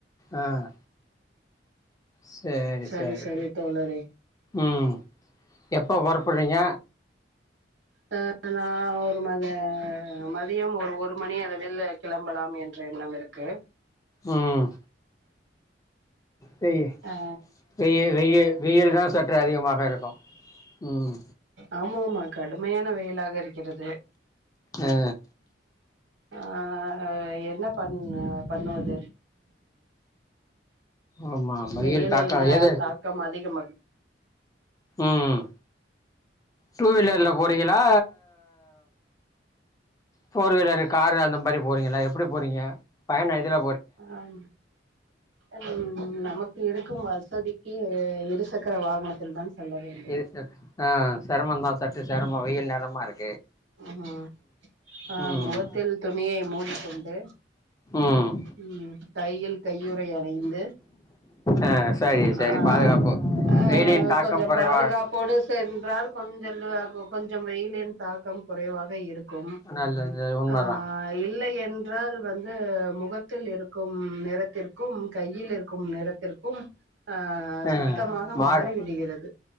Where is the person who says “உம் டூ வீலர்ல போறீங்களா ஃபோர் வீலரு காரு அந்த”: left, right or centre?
Left